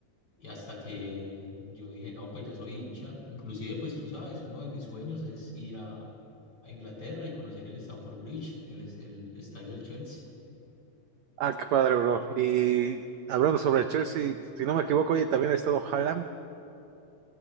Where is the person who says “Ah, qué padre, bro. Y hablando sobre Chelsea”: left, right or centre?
Right